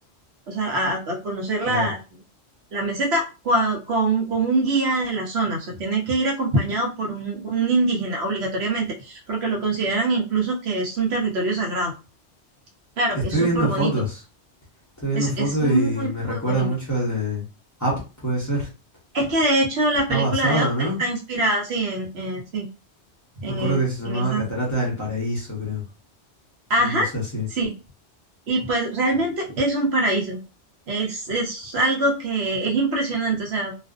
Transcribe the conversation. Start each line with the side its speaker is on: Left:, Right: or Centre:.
Right: o sea, a, a- a conocer
Left: claro.
Right: la meseta cua- con, con un guía de la zona, o sea, tiene que ir acompañado por un, un indígena obligatoriamente, porque lo consideran incluso que es un territorio sagrado. Claro,
Left: Estoy
Right: es súper
Left: viendo
Right: bonito,
Left: fotos. Estoy viendo
Right: es,
Left: fotos
Right: es muy,
Left: y me recuerda
Right: muy bonito.
Left: mucho al de Up, puede ser. <laughs>
Right: Es que de hecho la
Left: Está
Right: película
Left: basado,
Right: de Up
Left: ¿no?
Right: está inspirada, sí, en, eh, sí, en,
Left: Me acuerdo
Right: eh,
Left: que se llamaba
Right: en esa.
Left: Cataratas del Paraíso, creo.
Right: Ajá,
Left: Una cosa así.
Right: sí. Y pues realmente es un paraíso. Es, es algo que es impresionante, o sea,